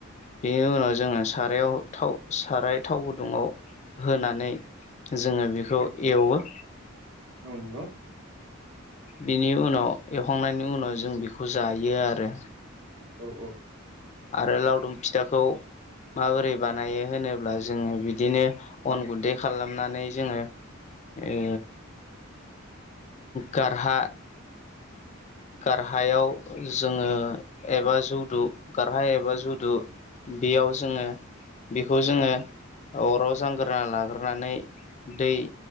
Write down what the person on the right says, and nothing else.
औ नंगौ
औ औ